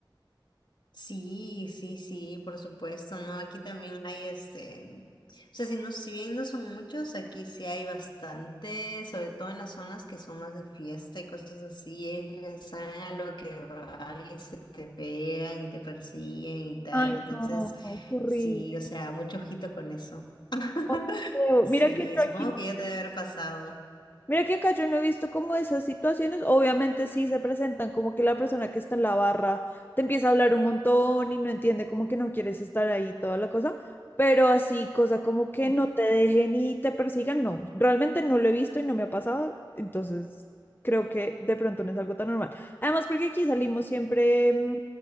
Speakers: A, on the left; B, on the left.
A: Sí, sí, sí, por supuesto, ¿no? Aquí también hay este, o sea, si no, si bien no son muchos, aquí sí hay bastante, sobre todo en las zonas que son más de fiesta y cosas así, ellos saben a lo que van y se te pegan y te persiguen y tal,
B: Ay,
A: entonces
B: no, qué horrible.
A: sí, o sea, mucho ojito con eso. <laughs>
B: Oh, qué feo. Mira
A: Sí,
B: que yo
A: supongo
B: aquí,
A: que ya te debe haber pasado.
B: Mira que acá yo no he visto como esas situaciones, obviamente sí se presentan como que la persona que está en la barra te empieza a hablar un montón y no entiende como que no quieres estar ahí, toda la cosa, pero así, cosa como que no te dejen y te persigan, no, realmente no lo he visto y no me ha pasado, entonces creo que de pronto no es algo tan normal. Además, porque aquí salimos siempre mm,